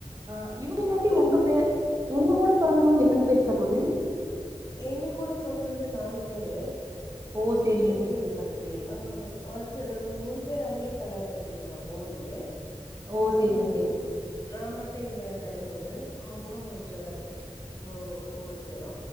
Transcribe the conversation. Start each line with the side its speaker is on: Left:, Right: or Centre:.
Right: ஆ இவுங்க இல்லாட்டி
Left: அப்பல்
Right: ஒங்க பே ஒங்க கூட பொறந்தவங்க எத்தன பேர் சகோதிரி
Left: எங்க கூட பொறந்தது நால் பேரு
Right: ஓ
Left: ஒருத்தரு
Right: சரிங்க சரிங்க சகோதரி
Left: ஆ ஒருத்தரு மூனு பேரு அங்கயே கல்யாண பண்ணியிருந்தாங்க ஊர்லே
Right: ஓ
Left: நா
Right: சரிங்க
Left: மட்டு
Right: சரிங்க
Left: நா மட்டு இங்க பேங்ளூரு அவுங்க ஜோல்லார்பேட் மூ மூனு பேரு